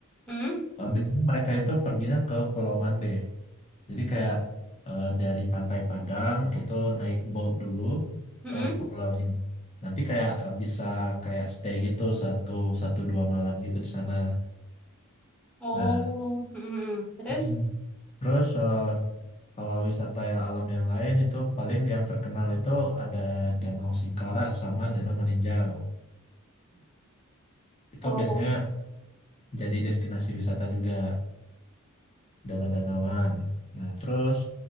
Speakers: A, in the centre; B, on the left.
A: Hmm.
B: eh, biasanya mereka itu perginya ke Pulau Mande. Jadi kayak eh, dari Pantai Padang itu naik boat dulu
A: hmm,
B: ke
A: hmm.
B: pulaunya. Nanti kayak eh, bisa kayak stay gitu satu satu dua malam gitu di sana.
A: Oh,
B: Nah,
A: Hmm. hmm, hmm. terus?
B: Mhm. terus eh, kalau wisata yang alam yang lain itu paling yang terkenal itu ada Danau Singkarak sama Danau Maninjau. Itu
A: Oh,
B: biasanya jadi destinasi wisata juga. Danau Danawan. Nah, terus